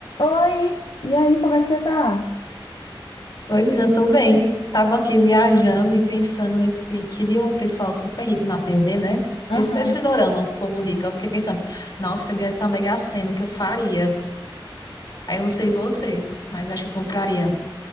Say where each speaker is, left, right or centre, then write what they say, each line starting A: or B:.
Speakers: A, on the left; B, on the left.
A: Oi! E aí, como é que você tá?
B: Oi, menina, tô bem. Tava aqui viajando e pensando nesse que vi um pessoal super rico na TV, né? Vocês
A: Aham.
B: vocês se dorama, o povo rico. Eu fiquei pensando, nossa, se eu ganhasse na Mega Sena, o que eu faria? Aí eu não sei você, mas acho que eu compraria